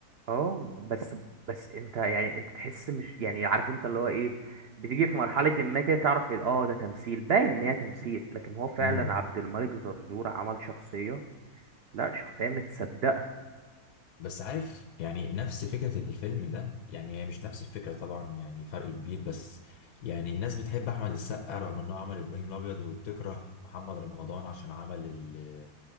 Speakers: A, on the right; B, on the left.
A: اه بس بس انت يعني انت تحس مش يعني عارف انت اللي هو ايه بتيجي في مرحلة ما كده تعرف اه ده تمثيل باين ان هي تمثيل لكن هو فعلا
B: مم.
A: عبد الملك زرزور عمل شخصية لا شخصية متصدقة
B: بس عارف يعني نفس فكرة الفيلم ده يعني هي مش نفس الفكرة طبعا يعني فرق كبير بس يعني الناس بتحب أحمد السقا رغم إنه عمل إبراهيم الأبيض وبتكره محمد رمضان عشان عمل ال-